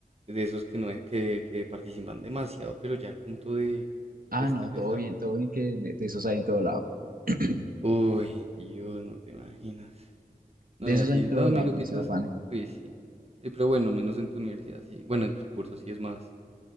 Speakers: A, on the right (about 45°); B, on the right (about 75°).
A: de esos que no, que, que participan demasiado, pero ya al punto de,
B: Ah,
A: de estresar.
B: no, todo bien, todo bien que de de esos hay en todo lado. <clears throat>
A: Uy, Dios, no te imaginas.
B: De
A: No, y
B: esos
A: así,
B: hay en todo
A: todos
B: lado,
A: mis grupitos,
B: no se afane.
A: uy, sí. Eh, pero bueno, menos en tu universidad, sí. Bueno, en tu curso sí es más,